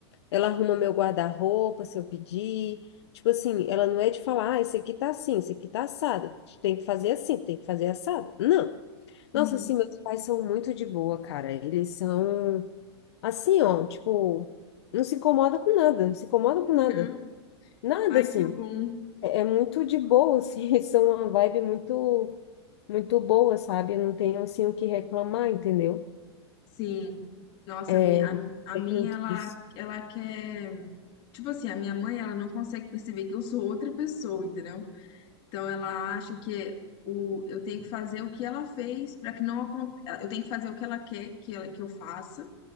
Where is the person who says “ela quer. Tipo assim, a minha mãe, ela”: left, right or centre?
Left